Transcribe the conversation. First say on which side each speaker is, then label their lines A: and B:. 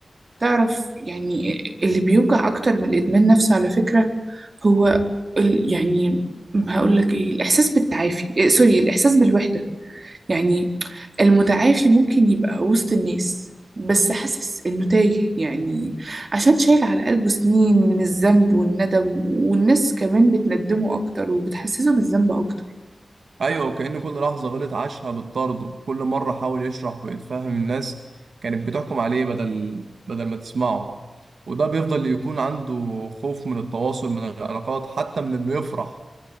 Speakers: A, on the right; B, on the right.
A: تعرف يعني اللي بيوجع أكتر من الإدمان نفسه على فكرة هو ال- يعني هقول لك إيه الإحساس بالتعافي إيه سوري الإحساس بالوحدة يعني المتعافي ممكن يبقى وسط الناس بس حاسس إنه تايه يعني عشان شايل على قلبه سنين من الذنب والندم والناس كمان بتندمه أكتر وبتحسسه بالذنب أكتر
B: ايوه وكأن كل لحظة غلط عاشها بالطرد كل مرة حاول يشرح ويتفهم الناس كانت بتحكم عليه بدل بدل ما تسمعه وده بيفضل يكون عنده خوف من التواصل من العلاقات حتى من انه يفرح